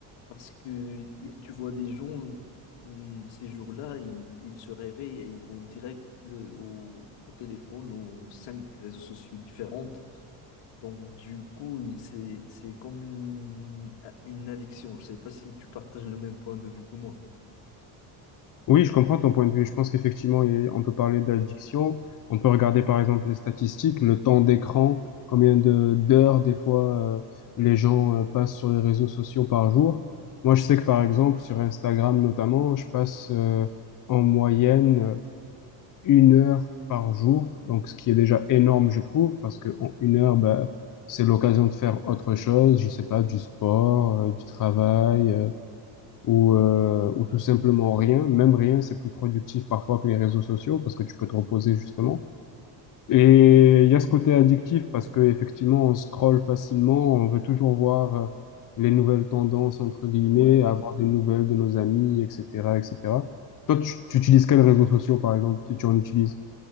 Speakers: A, on the left (about 70°); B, on the left (about 45°).
A: Parce que y tu vois des gens, mm, ces jours-là, ils, ils se réveillent et ils vont direct de- au, au téléphone, aux cinq réseaux sociaux différents. Donc, du coup, il- c'est, c'est comme une, ah, une addiction. Je sais pas si tu partages le même point de vue que moi.
B: Oui, je comprends ton point de vue. Je pense qu'effectivement, il- on peut parler d'addiction. On peut regarder par exemple les statistiques, le temps d'écran, combien de d'heures des fois euh, les gens euh, passent sur les réseaux sociaux par jour. Moi, je sais que par exemple sur Instagram notamment, je passe euh, en moyenne euh, une heure par jour, donc ce qui est déjà énorme, je trouve, parce que en une heure, bah, c'est l'occasion de faire autre chose. Je sais pas, du sport, euh, du travail. euh, ou, euh, ou tout simplement rien. Même rien, c'est plus productif parfois que les réseaux sociaux parce que tu peux te reposer justement. Et il y a ce côté addictif parce que effectivement, on scrolle facilement, on veut toujours voir euh, les nouvelles tendances entre guillemets,
A: Ouais.
B: avoir des nouvelles de nos amis, etc., etc. Toi, tu, tu utilises quels réseaux sociaux par exemple, si tu en utilises?